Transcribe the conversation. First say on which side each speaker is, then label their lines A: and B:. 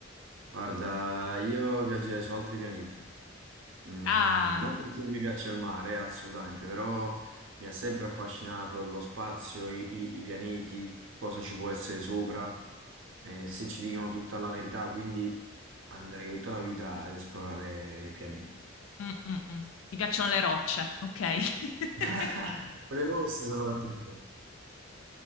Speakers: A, on the right; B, on the left.
A: Guarda, io viaggerei su altri pianeti. Mm,
B: Ah.
A: non perché non mi piace il mare, assolutamente, però mi ha sempre affascinato lo spazio, i, i- i pianeti, cosa ci può essere sopra, eh, se ci dicono tutta la verità, quindi andrei tutta la vita ad esplorare i pianeti.
B: Mm, mm, mm. Ti piacciono le rocce, ok. <laughs>
A: <laughs> Quelle rosse soprattutto.